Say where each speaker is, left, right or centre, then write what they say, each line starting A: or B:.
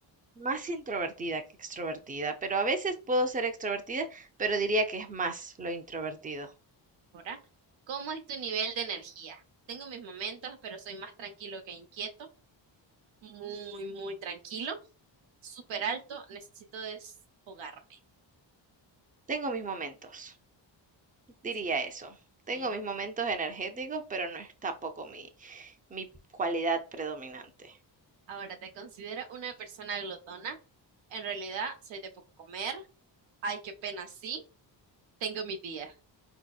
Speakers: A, on the right; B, on the right.
A: Más introvertida que extrovertida, pero a veces puedo ser extrovertida, pero diría que es más lo introvertido.
B: Ahora, ¿cómo es tu nivel de energía? Tengo mis momentos, pero soy más tranquilo que inquieto, muy, muy tranquilo. súper alto, necesito desfogarme.
A: Tengo mis momentos, diría
B: Sí,
A: eso. Tengo
B: sí, no.
A: mis momentos energéticos, pero no es tampoco mi, mi cualidad predominante.
B: Ahora, ¿te considero una persona glotona? En realidad, soy de poco comer. Ay, qué pena, sí, tengo mi día.